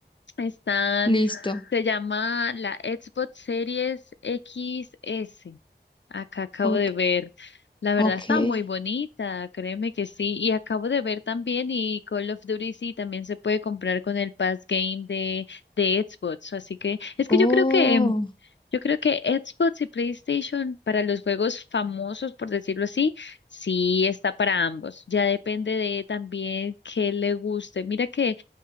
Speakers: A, on the left (about 75°); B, on the left (about 25°).
A: están,
B: listo.
A: se llama la Xbox Series X S. Acá acabo
B: Ok,
A: de ver, la verdad
B: ok.
A: está muy bonita, créeme que sí, y acabo de ver también y Call of Duty sí también se puede comprar con el Pass Game de de Xbox, así que es que
B: Oh,
A: yo creo que yo creo que Xbox y PlayStation para los juegos famosos, por decirlo así, sí está para ambos. Ya depende de también qué le guste. Mira que